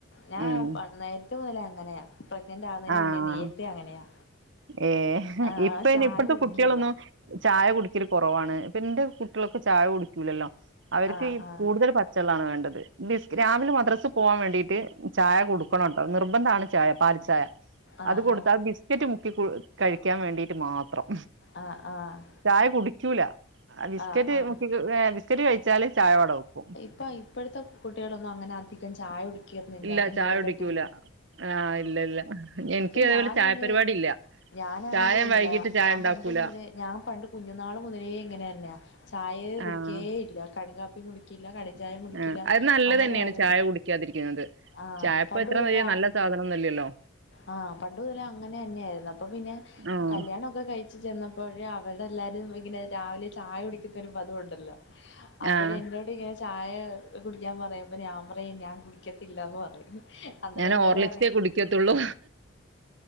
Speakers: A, on the left; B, on the right.
A: ഞാൻ
B: ഉം
A: പ നേര്ത്തെ മുതലേ അങ്ങനെയാ പ്രഗ്നന്റ് ആകുന്നതിന്
B: ആഹ്
A: മന്നേ നേരത്തെ അങ്ങനെയാ
B: ഏഹ്
A: ആഹ്
B: ഇപ്പയ്ന്
A: ചായ
B: ഇപ്പത്തെ
A: കുടിക്കില്ല
B: കുട്ടിളൊന്നു ചായ കുടിക്കല് കുറവാണ് ഇപ്പൊ എന്റെ കുട്ടികളൊക്കെ ചായ കുടിക്കൂലല്ലോ അവർക്ക്ഈ
A: ആഹ് ആഹ്
B: കൂടുതൽ പ ച്ചള്ളാണ് വേണ്ടത് ബിസ് രാവിലെ മദ്രസിൽ പോആൻ വേണ്ടിട്ട് ചായ കൊടുക്കണംട്ടോ നിർബന്ധണ് ചായ പാൽ ചായ
A: ആഹ്
B: അത് കൊടുത്ത
A: ആഹ്
B: അത് ബിസ്കറ്റ് മുക്കി കു കഴിക്കാൻ വേണ്ടിട്ട് മാത്രം
A: ആഹ് ആഹ്
B: ചായ കുടിക്കൂല ബിസ്കറ്റ്
A: ആഹ് ആഹ്
B: മുക്കികു ഏഹ് ബിസ്ക്കറ്റ് കഴിച്ചാല് ചായ വട വെക്കും
A: പ്പ ഇപ്പോഴത്തെ കുട്ടിളൊന്നും അങ്ങനെ അധികം ചായ കുടിക്കിന്നില്ല
B: ഇല്ല
A: ഞാൻ
B: ചായ
A: കേട്ടിട്ടില്ല
B: കുടിക്കൂല ആഹ് ഇല്ല ഇല്ല എനിക്ക്
A: പക്ഷെ
B: അതേപോലെ
A: ഞാനയിന്
B: ചായ പരിപാടി ഇല്ല
A: ഞാനാണെങ്കിലുണ്ടല്ലോ
B: ചായ വൈകിട്ട് ചായ
A: ഞാൻ
B: ഉണ്ടാക്കൂല
A: പണ്ട് മുതലേ ഞാൻ പണ്ട് കുഞ്ഞുനാൾ മുതലേ ഇങ്ങനെയല്ല ചായേ കുടികേ
B: ആഹ്
A: ഇല്ല കടുങ്കാപ്പിയും കുടി ക്കില്ല കടഞ്ചായെം കുടിക്കില്ല
B: ആഹ് അത് നല്ലത്
A: അങ്ങനെ
B: തന്നെയാണ്
A: ആയിരുന്നു
B: ചായ കുടിക്കാതിരിക്കുന്നത്
A: ആഹ്
B: ചായപ്പ
A: പണ്ടുല
B: ഇത്ര വലിയ നല്ല സാധനൊന്നുംല്ലല്ലോ
A: ആഹ് പണ്ടുതലേ അങ്ങനെന്നെയായിരുന്നു അപ്പ പിന്നെ
B: ആഹ്
A: കല്യാണ ക്കെ കഴിച്ചു ചെന്നപ്പോഴേ അവിടെ എല്ലാരും ഇങ്ങനെ രാവിലെ ചായ കുടിക്കുത്തൊരു പതുവുണ്ടല്ലോ അപ്പോയെന്നോട്
B: ആഹ്
A: ങ്ങനെ ചായ കുടിക്കാൻ പറയും അപ്പം ഞാൻ പറയും ഞാൻ കുടിക്കത്തില്ല ന്ന് പറയും അന്നേരം
B: ഞാന്
A: എന്നോട്
B: ഓർളിക്സെ
A: പറയും
B: കുടിക്കത്തുള്ളൂ